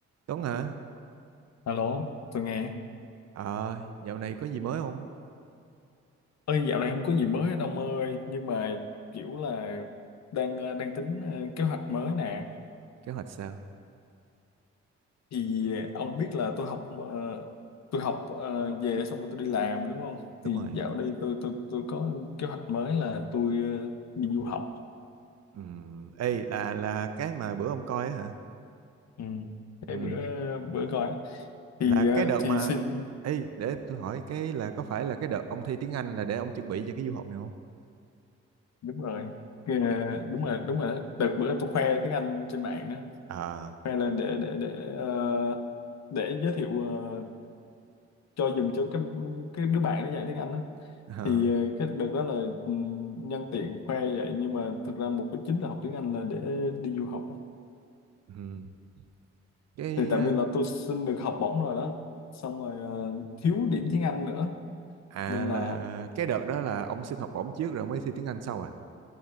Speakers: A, on the right (about 60°); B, on the left (about 65°).
A: Tuấn hả?
B: Alo, tôi nghe.
A: Ờ, dạo này có gì mới không?
B: Ơi, dạo này không có gì mới hết ông ơi, nhưng mà kiểu là đang ờ, đang tính ờ, kế hoạch mới nè.
A: Kế hoạch sao?
B: Thì ông biết là tôi học ờ, tôi học ờ, về xong rồi tôi đi làm đúng không?
A: Đúng
B: Thì
A: rồi.
B: dạo đây tôi tôi tôi có kế hoạch mới là tôi ờ, đi du học.
A: Ừm, ê, là là cái mà bữa ông coi á hả?
B: Ừ. Cái
A: Ừm,
B: bữa bữa coi á.
A: là
B: thì
A: cái
B: ờ,
A: đợt
B: thì
A: mà...
B: xin
A: Ê, để tôi hỏi cái là có phải là cái đợt ông thi tiếng Anh là để ông chuẩn bị cho cái du học này không?
B: đúng rồi. Ờ, đúng rồi đúng rồi đó. đợt bữa tôi khoe tiếng Anh trên mạng á
A: À,
B: khoe lên để để để ờ, để giới thiệu ờ, cho dùng cho cái cái đứa bạn nó dạy tiếng Anh đó
A: à,
B: thì ờ, cái đợt đó là ừm, nhân tiện khoe vậy nhưng mà thực ra mục đích chính là học tiếng Anh là để đi du học đó.
A: ừm, cái...
B: thì tại
A: ờ,
B: vì là tôi xin được học bổng rồi đó xong rồi ờ, thiếu điểm tiếng Anh nữa
A: À
B: nên
A: là
B: là
A: cái đợt đó là ông xin học bổng trước rồi mới thi tiếng Anh sau à?